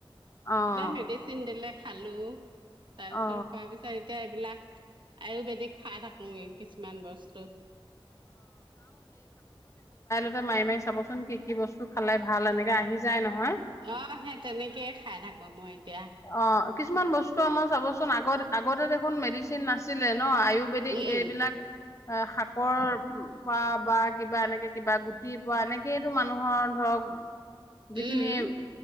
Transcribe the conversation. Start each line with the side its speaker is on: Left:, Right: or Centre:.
Left: অ'।
Right: তেতিয়া মেডিচিন দিলে খালো তাৰ পিছত
Left: অ
Right: খোৱা বিচাৰি এতিয়া এইবিলাক আয়ুৰ্বেদিক খাই থাকো কিছুমান বস্তু।
Left: যে মাৰি, মাৰি চাবচোন কি কি বস্তু খালে ভাল এনেকে আহি যায় নহয়
Right: অ' সেই তেনেকে খাই থাকো মই। এতিয়া
Left: অ' কিছুমান বস্তু আমাৰ চাবচোন আগত আগতে দেখোন মেডিচিন নাছিলে। ন' আয়ুৰ্বেদিক
Right: উম
Left: এইবিলাক এ শাকৰ পৰা বা কিবা এনেকে কিবা গুটিৰ পৰা এনেকেইটো মানুহৰ ধৰক যিখিনি
Right: উম